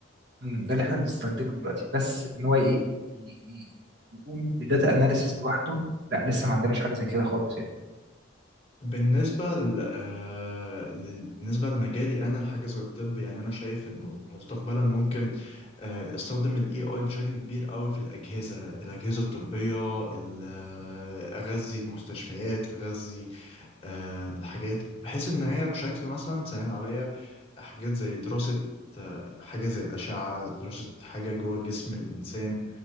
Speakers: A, on the right; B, on the left.
A: مم، ده اللي احنا بنستخدمه دلوقتي بس ان هو ايه ي- ي- يقوم بداتا اناليسيز لوحده لا لسه ما عندناش حاجه زي كده خالص يعني
B: بالنسبة ل... آه، لل- بالنسبة لمجالي أنا الحاجة زي الطب يعني أنا شايف إنه مستقبلا ممكن آه، استخدم ال AI بشكل كبير قوي في الأجهزة الأجهزة الطبية ال- آه، أغذي المستشفيات أغذي آه، الحاجات بحيث إن هي بشكل مثلا تسهل عليا حاجات زي دراسة آه، حاجة زي الأشعة دراسة حاجة جوه جسم الإنسان